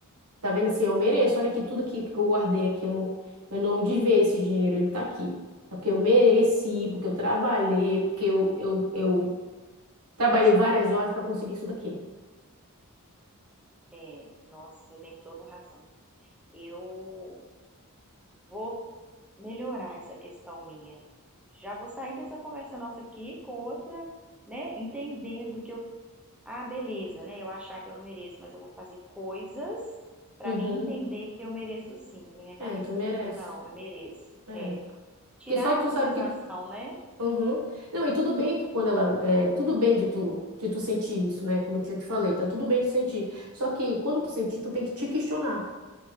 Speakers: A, on the right (about 80°); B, in the centre.
A: Tá vendo assim, eu mereço. Olha aqui, tudo aqui que eu guardei aqui, eu não, eu não desviei esse dinheiro, ele tá aqui. É porque eu mereci, porque eu trabalhei, porque eu, eu, eu trabalhei várias horas para conseguir isso daqui.
B: É, nossa, você tem toda a razão. Eu vou melhorar essa questão minha. Já vou sair dessa conversa nossa aqui com outra, né? Entendendo o que eu Ah, beleza, né? Eu achar que eu não mereço, mas eu vou fazer coisas pra
A: Uhum.
B: mim entender que eu mereço sim, pra minha cabeça
A: É, tu merece.
B: entender, não, eu mereço.
A: É.
B: É, tirar
A: Porque só tu
B: essa
A: sabe
B: sensação,
A: que. tu-
B: né?
A: Uhum. Não, e tudo bem que quando ela. É, tudo bem de tu, de tu sentir isso, né? Como eu já te falei, tá tudo bem de sentir. Só que quando tu sentir, tu tem que te questionar.